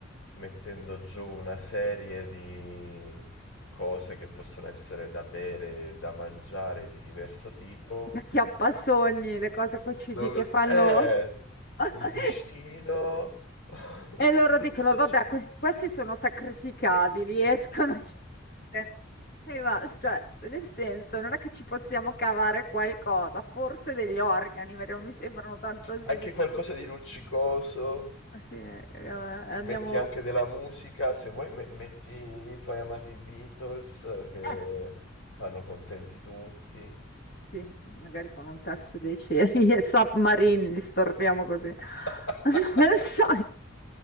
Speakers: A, on the left; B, on the left.
A: mettendo giù una serie di cose che possono essere da bere, da mangiare di diverso tipo
B: Acchiappasogni, le cose QCD
A: Dovre-
B: che fanno.
A: eh,
B: <laughs>
A: un cuscino, <laughs>
B: E loro
A: tutto
B: dicono,
A: tutto
B: vabbè,
A: ciò.
B: que- questi sono sacrificabili, escono. <laughs> Sì, ma, cioè, nel senso, non è che ci possiamo cavare qualcosa, forse degli organi, perché non mi sembrano tanto svegli.
A: Anche qualcosa di luccicoso.
B: Ah, Sì, eh, andiamo...
A: Metti anche della musica, se vuoi me- metti i tuoi amati Beatles eh, che
B: eh,
A: fanno contenti tutti.
B: Sì, magari con un testo dei cieli, <laughs> e submarine, li storpiamo così. <laughs>
A: <laughs>
B: Non lo so.